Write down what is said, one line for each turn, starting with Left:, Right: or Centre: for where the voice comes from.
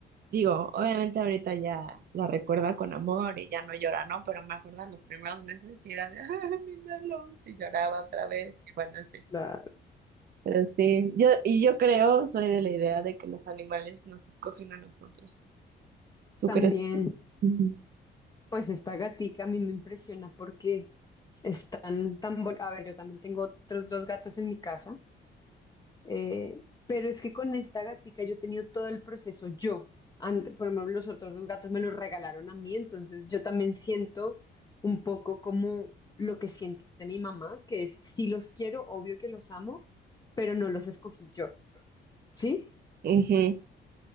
Right: digo, obviamente ahorita ya la recuerda con amor y ya no llora, ¿no? Pero me acuerdo los primeros meses y era de, <laughs> ay, mi Melons", y lloraba otra vez y bueno, sí.
Left: La
Right: Pero sí, yo, y yo creo, soy de la idea de que los animales nos escogen a nosotros. ¿Tú
Left: También,
Right: crees? Ujú,
Left: pues esta gatica a mí me impresiona porque están tan bon- A ver, yo también tengo otros dos gatos en mi casa, eh, pero es que con esta gatica yo he tenido todo el proceso yo. An- por ejemplo, los otros dos gatos me los regalaron a mí, entonces yo también siento un poco como lo que siente mi mamá, que es, si los quiero, obvio que los amo, pero no los escogí yo. ¿Sí?
Right: ujú,